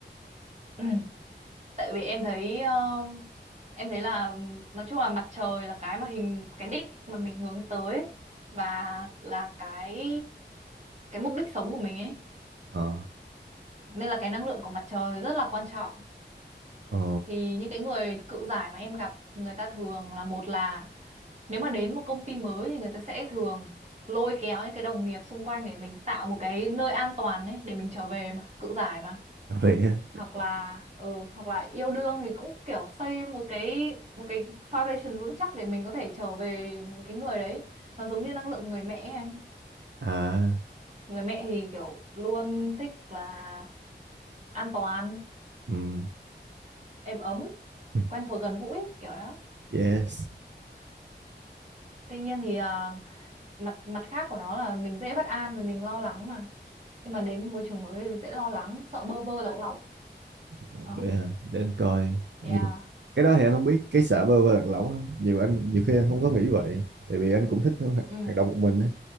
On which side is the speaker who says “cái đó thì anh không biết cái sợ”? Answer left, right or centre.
Right